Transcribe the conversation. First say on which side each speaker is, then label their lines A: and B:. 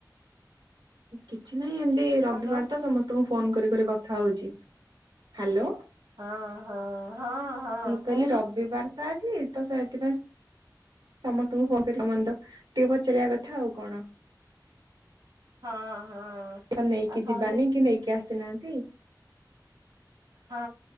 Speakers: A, on the right; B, on the right.
A: କିଛି ନାହିଁ ଏମତି ରବିବାର
B: ହ୍ୟାଲୋ
A: ତ ସମ ତ ଫୋନ କରି କରି କଥା ହଉଛି ହ୍ୟାଲୋ?
B: ହଁ ହଁ ହଁ। ହଁ
A: ମୁଁ କହିଲି
B: କହୁନ
A: ରବିବାର ତ ଆଜି ତ ସେଥିପାଇଁ ସମସ୍ତଙ୍କୁ ଫନ କରିବା ମାନେ ତ ଟିକେ ପଚାରିବା କଥା ଆଉ କଣ।
B: ହଁ ହଁ।
A: ନେଇକି
B: ଆଉ ସନ୍ଧ୍ୟା
A: ଯିବାନି କି ନେଇକି ଆସିନାହାନ୍ତି।
B: ହଁ